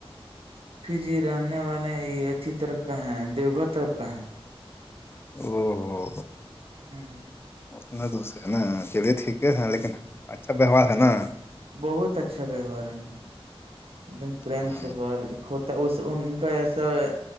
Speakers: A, on the right (about 65°); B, on the left (about 25°).
A: پھر جی رہنے والے یہ اھی طرف کا ہے دیو گھر طرف کا ہے
B: او ہو
A: ہ
B: اچھ اتنا دوسرے نا چلیے ٹھیک
A: ہاں
B: ہے لیکن اچھا ویوہار ہے نا-
A: بہت اچھا ویوہار ہے ان کا ایک دمریم
B: ہوں
A: سے بات- تو اس ان کا س-